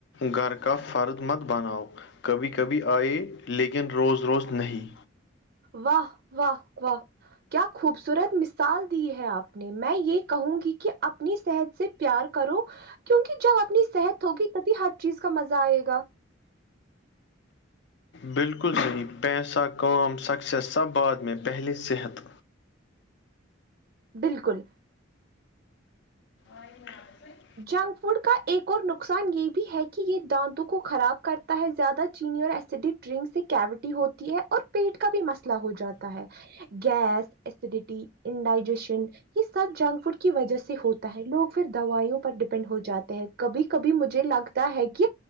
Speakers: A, on the left; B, on the right.
A: گھر کا فرد مت بناؤ کبھی کبھی آئے لیکن روز روز نہیں
B: واہ واہ واہ کیا خوبصورت مثال دی ہے آپ نے میں یہ کہوں گی کہ اپنی صحت سے پیار کرو کیونکہ جب اپنی صحت ہوگی تبھی ہر چیز کا مزہ آئے گا
A: بالکل صحیح پیسہ کام سکسیس سب بعد میں پہلے صحت
B: بالکل
A: <unintelligible>
B: جنک فوڈ کا ایک اور نقصان یہ بھی ہے کہ یہ دانتوں کو خراب کرتا ہے زیادہ چینی اور ایسڈک ڈرنک سے کیاوٹی ہوتی ہے اور پیٹ کا بھی مسئلہ ہو جاتا ہے گیس ایسیڈیٹی انڈائجیشن یہ سب جنک فوڈ کی وجہ سے ہوتا ہے لوگ پھر دوائیوں ڈیپینڈ ہو جاتے ہے کبھی کبھی مجھے لگتا ہے کہ